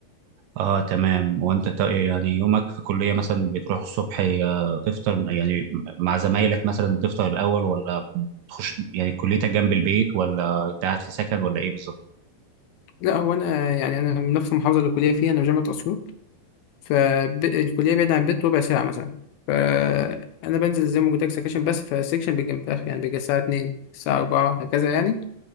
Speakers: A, on the right (about 75°); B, on the left (about 75°).
A: اه تمام وانت تا- يعني يومك في الكلية مثلا بتروح الصبح آه، تفطر يعني مع زمايلك مثلا تفطر الاول ولا بتخش يعني كليتك جنب البيت ولا انت قاعد في سكن ولا ايه بالظبط
B: لا هو انا يعني انا من نفس المحافظه اللي الكليه فيها انا في جامعه اسيوط فالكليه بعيده عن البيت ربع ساعه مثلا فانا بنزل زي ما قلت لك سكشن بس فالسكشن بيجي متاخر يعني بيجي الساعه 2 الساعه 4 هكذا يعني